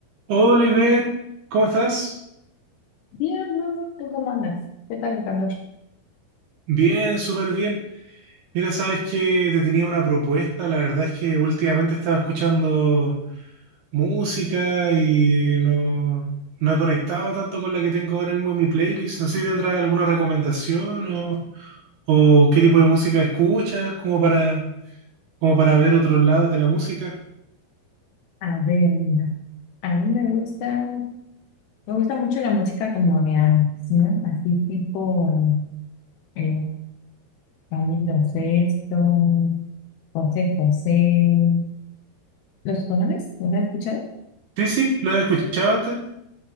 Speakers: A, on the right; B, on the left.
A: Hola Ivette, ¿cómo estás?
B: Bien, Bruno, ¿tú cómo andas? ¿Qué tal el calor?
A: Bien, súper bien. Mira, sabes que te tenía una propuesta. La verdad es que últimamente estaba escuchando música y no, no he conectado tanto con la que tengo ahora mismo en mi playlist. No sé si tendrás alguna recomendación o, o qué tipo de música escuchas, como para, como para ver otros lados de la música.
B: A ver, mira, a mí me gusta, me gusta mucho la música como de antes, ¿no? Así tipo eh, Camilo Sesto, José José. ¿Los conoces? ¿Los has escuchado?
A: Sí, sí, lo he escuchado antes.